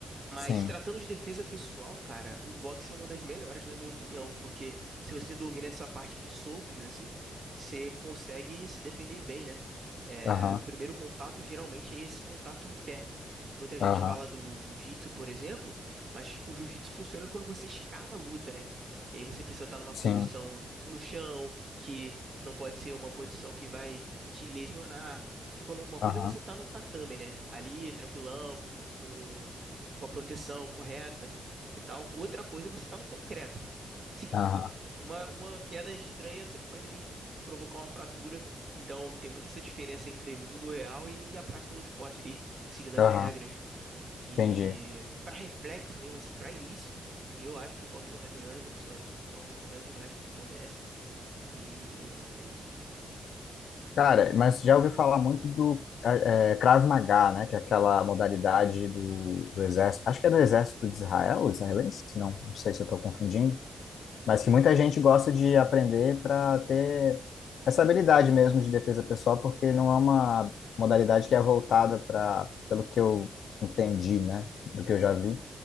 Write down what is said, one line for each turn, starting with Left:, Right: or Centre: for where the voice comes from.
Right: Mas
Left: Sim,
Right: tratando de defesa pessoal, cara, o boxe é uma das melhores, na minha opinião, porque se você domina essa parte de socos, assim, você consegue se defender bem, né? É,
Left: aham,
Right: o primeiro contato geralmente é esse contato em pé. Muita gente
Left: aham,
Right: fala do jiu-jitsu, por exemplo, mas o jiu-jitsu funciona quando você escala a luta, né? E aí você precisa estar numa
Left: sim,
Right: posição no chão, que não pode ser uma posição que vai te lesionar. Porque quando uma coisa
Left: aham,
Right: é você estar no tatame, né? Ali, tranquilão, com, com co- com a proteção correta e tal. Outra coisa é você estar no concreto. <laughs> Se-
Left: aham,
Right: se- Uma, uma queda estranha, você pode ali provocar uma fratura. Então, tem muita essa diferença entre mundo real e a prática do esporte ali, seguindo as
Left: aham,
Right: regras. E
Left: entendi.
Right: para reflexo mesmo, assim, para início, eu acho que o boxe é uma das melhores opções. Então, recomendo demais que tu comece. E é isso.
Left: Cara, mas já ouvi falar muito do é, é, Krav Maga, né? Que é aquela modalidade do, do exército. Acho que é do exército de Israel, israelense? Não, não sei se eu estou confundindo. Mas que muita gente gosta de aprender para ter essa habilidade mesmo de defesa pessoal, porque não é uma modalidade que é voltada para, pelo que eu entendi, né? Do que eu já vi,